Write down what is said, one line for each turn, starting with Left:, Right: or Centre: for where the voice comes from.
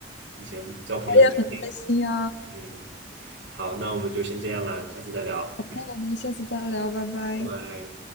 Right: 以前交朋友的事情，
Left: 我也很开心呀！
Right: 嗯，好，那我们就先这样啦，下次再聊，
Left: 那我们下次再聊，拜拜。
Right: 拜拜。